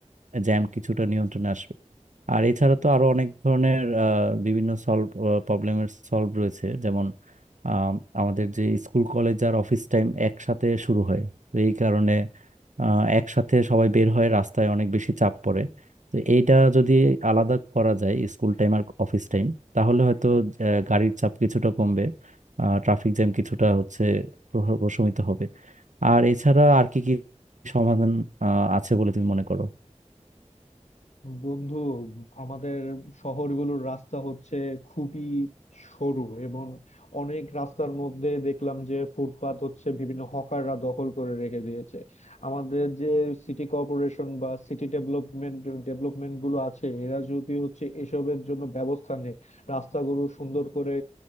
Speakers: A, on the right; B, on the left.
A: জ্যাম কিছুটা নিয়ন্ত্রণে আসবে আর এছাড়া তো আরো অনেক ধরনের আহ, বিভিন্ন সলভ প্রবলেমের সলভ রয়েছে যেমন আম, আমাদের যে স্কুল কলেজ আর অফিস টাইম একসাথে শুরু হয় তো এই কারণে আহ, একসাথে সবাই বের হয় রাস্তায় অনেক বেশি চাপ পড়ে তো এইটা যদি আলাদা করা যায় স্কুল টাইম আর অফিস টাইম তাহলে হয়তো আহ, গাড়ির চাপ কিছুটা কমবে ট্রাফিক জ্যাম কিছুটা হচ্ছে প্রহ- প্রশমিত হবে আর এছাড়া আর কি কি সমাধান আহ, আছে বলে তুমি মনে করো
B: বন্ধু আমাদের শহরগুলোর রাস্তা হচ্ছে খুবই সরু এবং অনেক রাস্তার মধ্যে দেখলাম যে ফুটপাত হচ্ছে বিভিন্ন হকাররা দখল করে রেখে দিয়েছে আমাদের যে সিটি কর্পোরেশন বা সিটি ডেভেলপমেন্ট ডেভেলপমেন্ট গুলো আছে এরা যদি হচ্ছে এসবের জন্য ব্যবস্থা নেয় রাস্তাগুলো সুন্দর করে